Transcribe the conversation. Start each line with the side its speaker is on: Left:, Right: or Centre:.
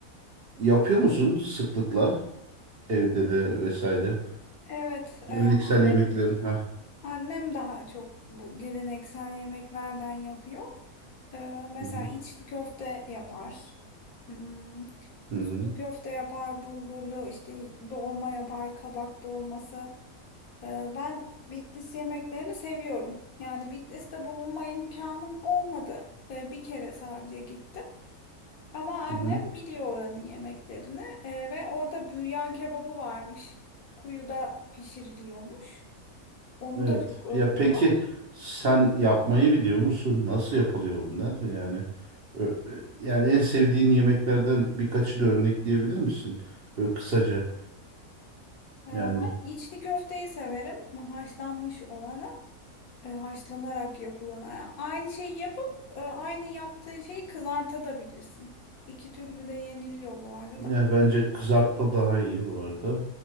Right: Yapıyor musun sıklıkla evde de vesaire?
Left: Evet. e,
Right: Geleneksel
Left: annem
Right: yemeklerin ha.
Left: Annem daha çok bu geleneksel yemeklerden yapıyor. Ee, mesela
Right: Hı hı.
Left: içli köfte yapar. Hmm,
Right: Hı hı.
Left: sulu köfte yapar, bulgurlu işte dolma yapar, kabak dolması. Ee, ben Bitlis yemeklerini seviyorum. Yani Bitlis'te bulunma imkanım olmadı. Ee, bir kere sadece gittim. Ama annem
Right: Hı hı.
Left: biliyor oranın yemeklerini Ee, ve orada büryan kebabı varmış. Kuyuda pişiriliyormuş. Onu
Right: Evet.
Left: da çok övüyorlar.
Right: Ya peki sen yapmayı biliyor musun? Nasıl yapılıyor bunlar? Yani ö- ö- yani en sevdiğin yemeklerden birkaçı da örnekleyebilir misin? Böyle kısaca
Left: Ee, Ben
Right: yani.
Left: içli köfteyi severim. Haşlanmış olanı, e, haşlanarak yapılanı. Yani Aynı şeyi yapıp e, aynı yaptığın şeyi kızartabilirsin. İki türlü de yeniliyor bu arada.
Right: Ne bence kızartma daha iyi bu arada.